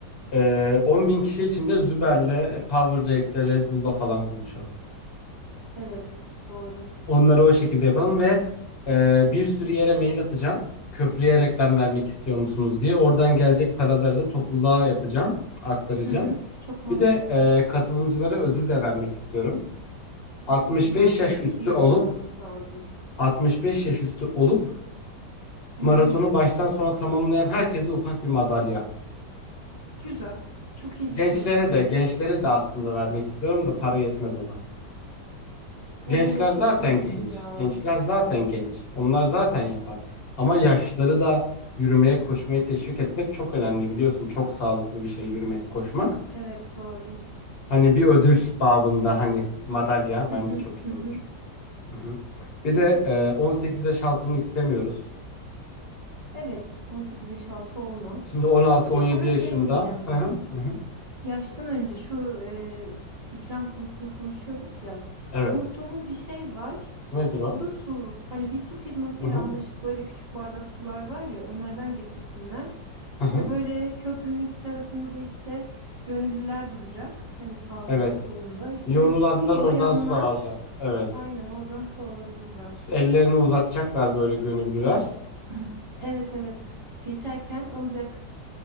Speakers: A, on the left; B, on the right.
A: Eee 10 bin kişi için de Züber'le, Powerade'le, Red Bull'la falan konuşalım.
B: evet doğru.
A: Onları o şekilde yapalım ve e, bir sürü yere mail atacağım. Köprüye reklam vermek istiyor musunuz diye. Oradan gelecek paraları da topluluğa yapacağım, aktaracağım.
B: Hı hı, çok mantıklı.
A: Bir de e, katılımcılara ödül de vermek istiyorum. 65
B: Yani
A: yaş
B: evet
A: üstü
B: bir
A: olup
B: ödül olması lazım.
A: 65 yaş üstü olup
B: Hı
A: maratonu
B: hı,
A: baştan sona tamamlayan herkese ufak bir madalya.
B: güzel. Çok iyi
A: Gençlere
B: düşündün.
A: de gençlere de aslında vermek istiyorum da para yetmez ona.
B: Ona
A: Gençler
B: evet
A: zaten
B: yetmeyebilir
A: genç.
B: ya.
A: Gençler zaten genç. Onlar zaten yapar. Ama yaşlıları da yürümeye, koşmaya teşvik etmek çok önemli biliyorsun. Çok sağlıklı bir şey yürümek, koşmak.
B: Evet doğru.
A: Hani bir ödül babında hani madalya bence
B: Hı hı,
A: çok
B: hı
A: iyi
B: hı.
A: olur. Hı hı. Bir de e, 18 yaş altını istemiyoruz.
B: Evet 18 yaş altı olmaz.
A: Şimdi 16-17
B: Bir de sana
A: yaşında.
B: şey diyeceğim
A: Hı
B: ben.
A: hı, hı hı.
B: Yaştan önce şu e, ikram konusunu konuşuyorduk ya.
A: Evet.
B: Unuttuğumuz bir şey var.
A: Nedir o?
B: O da su. Hani bir su firmasıyla
A: Hı hı,
B: anlaşıp böyle küçük bardak sular var ya onlardan getirsinler.
A: hı hı.
B: Ve böyle köprünün iki tarafında da işte gönüllüler duracak. Hani sağında
A: Evet.
B: ve solunda. İşte
A: Yorulanlar
B: susayanlar
A: oradan su alacak. Evet.
B: aynen oradan su alabilirler.
A: Ellerini uzatacaklar böyle gönüllüler.
B: <clears throat> Evet evet. Geçerken alacak.